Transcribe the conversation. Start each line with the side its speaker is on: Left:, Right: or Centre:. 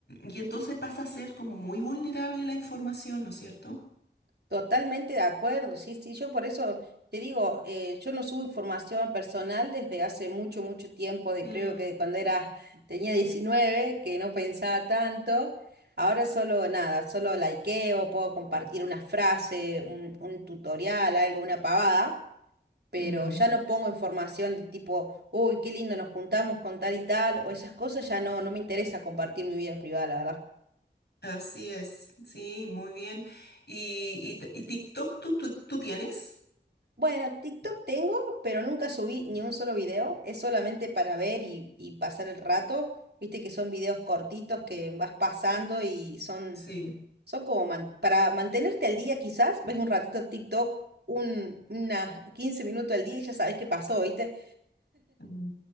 Left: y entonces pasa a ser como muy vulnerable la información, ¿no es cierto?
Right: Totalmente de acuerdo, sí, sí, yo por eso te digo, eh, yo no subo información personal desde hace mucho, mucho tiempo, de
Left: Mm,
Right: creo que de cuando era, tenía 19, que no pensaba tanto, ahora solo nada, solo likeo, puedo compartir una frase, un, un tutorial, algo, una pavada, pero
Left: mm,
Right: ya no pongo información de tipo, uy, qué lindo, nos juntamos con tal y tal, o esas cosas, ya no, no me interesa compartir mi vida privada, la verdad.
Left: Así es, sí, muy bien. ¿Y, y t- y TikTok tú, tú, tú tienes?
Right: Bueno, TikTok tengo, pero nunca subí ni un solo video. Es solamente para ver y, y pasar el rato. Viste que son videos cortitos que vas pasando y son,
Left: Sí,
Right: son como man- para mantenerte al día quizás. Ves un ratito TikTok, un, unas 15 minutos al día y ya sabes qué pasó, ¿viste?
Left: mm,